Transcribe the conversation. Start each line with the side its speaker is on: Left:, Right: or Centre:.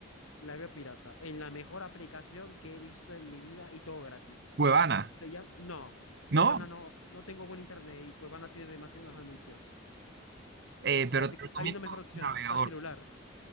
Left: La veo pirata. En la mejor aplicación que he visto en mi vida y todo gratis.
Right: Cuevana,
Left: Se llam- No, Cuevana
Right: ¿no?
Left: no, no tengo buen internet y Cuevana tiene demasiados anuncios.
Right: Eh, pero
Left: Así
Right: te
Left: que
Right: recomiendo
Left: hay una mejor opción,
Right: un navegador.
Left: para celular.